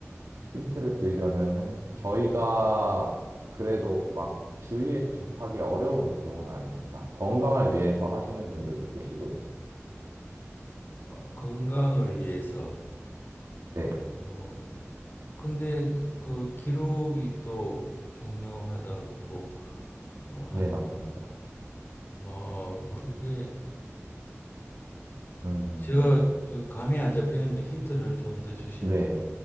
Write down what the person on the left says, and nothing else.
어, 건강을 위해서.
어, 어, 근데 그 기록이 또 중요하다고 어,
하니,
어, 그게
제가 그 감이 안 잡히는데 힌트를 좀 더 주시면,